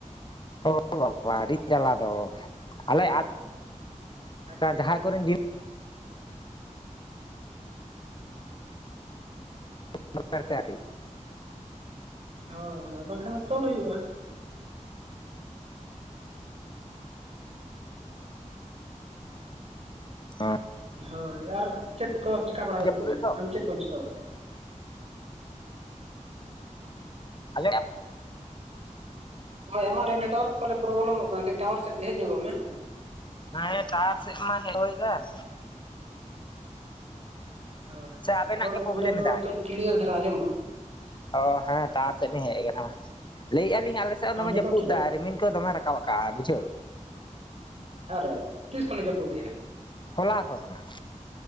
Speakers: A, on the left; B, on the right.
A: ᱚ ᱵᱟ ᱵᱟ ᱟᱹᱰᱤ ᱡᱟᱞᱟ ᱫᱚ ᱟᱞᱮ <unintelligible>
B: ᱟᱹᱰᱤ
A: ᱡᱟᱸᱦᱟᱸ ᱠᱚᱨᱮᱱ ᱡᱤᱞ ᱛᱮ <unintelligible>
B: ᱦᱳᱭ ᱦᱳᱭ ᱵᱟᱝ ᱵᱟᱠᱷᱟᱱ ᱛᱚᱞ ᱦᱩᱭᱩᱜᱼᱟ᱾
A: ᱚ
B: ᱦᱳᱭ ᱟᱨ ᱪᱮᱫ ᱠᱚ ᱪᱤᱠᱠᱟ ᱵᱟᱲᱟ ᱦᱩᱭᱩᱜ
A: ᱡᱟᱹᱯᱩᱫᱮᱫ
B: ᱠᱟᱱᱟ
A: ᱫᱚ
B: ᱟᱢ ᱪᱮᱫ ᱠᱚᱢ ᱪᱤᱠᱟᱹ ᱵᱟᱲᱟᱭᱼᱟ᱾
A: ᱟᱸᱡᱚᱢᱮᱜ ᱟᱢ
B: ᱦᱳᱭ ᱟᱢᱟᱜ ᱨᱮ ᱱᱮᱴᱣᱟᱨᱠ ᱯᱟᱞᱮ ᱯᱨᱚᱵᱞᱮᱢᱚᱜ ᱠᱟᱱᱟ ᱠᱟᱹᱡ ᱴᱟᱣᱟᱨ ᱥᱮᱫ ᱦᱮᱡ ᱧᱚᱜᱚᱜ ᱢᱮ᱾
A: ᱦᱮ ᱴᱟᱣᱟᱨ ᱥᱮᱫ ᱢᱟ ᱦᱮᱫ ᱦᱩᱭ ᱟᱠᱟᱱ᱾
B: ᱦᱳᱭ
A: ᱥᱮ ᱟᱵᱮᱱᱟᱜ
B: ᱨᱚᱲ
A: ᱜᱮ ᱯᱨᱚᱵᱞᱮᱢ
B: ᱤᱱᱟᱹ ᱫᱚ
A: ᱮᱫᱟᱭ
B: ᱠᱟᱹᱡ ᱠᱞᱤᱭᱟᱨ ᱫᱷᱟᱨᱟ ᱟᱸᱡᱚᱢᱚᱜ
A: ᱚ ᱦᱮᱸ ᱴᱟᱥᱟᱨ ᱥᱮᱫ ᱞᱤᱧ ᱦᱮᱡ ᱟᱠᱟᱱᱟ ᱢᱟ᱾ ᱞᱟᱹᱭ ᱮᱫᱟ ᱞᱤᱧ ᱟᱞᱮ ᱥᱮᱫ ᱦᱚᱸ ᱫᱚᱢᱮ
B: ᱱᱤᱛᱚᱝ
A: ᱡᱟᱹᱯᱩ
B: ᱴᱷᱤᱠ
A: ᱮᱫᱟ,
B: ᱟᱸᱡᱚᱢᱚᱜ
A: ᱨᱤᱢᱤᱞ ᱠᱚ ᱫᱚᱢᱮ ᱨᱟᱵ ᱟᱠᱟᱜᱼᱟ ᱵᱩᱡᱷᱟᱹᱣ,
B: ᱟᱨ ᱮ ᱛᱤᱥᱠᱷᱚᱱᱮ ᱡᱟᱯᱩᱫ ᱮᱫᱟ?
A: ᱦᱚᱞᱟ ᱠᱷᱚᱱᱟ